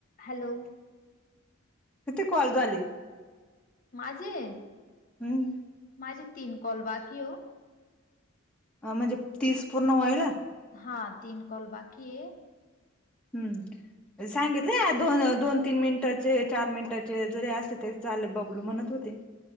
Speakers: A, on the left; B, in the centre.
A: Hello.
B: किती call झाली?
A: माझे...
B: हम्म.
A: माझे तीन कॉल बाकी ओ.
B: अ म्हणजे तीस पूर्ण व्हायला.
A: हा तीन कॉल बाकी हे.
B: हम्, ह सांगितलं दोन दोन. तीन मिनिटाचे चार मिनिटाचे जरी असले तरी चाले बबलू म्हणत होते.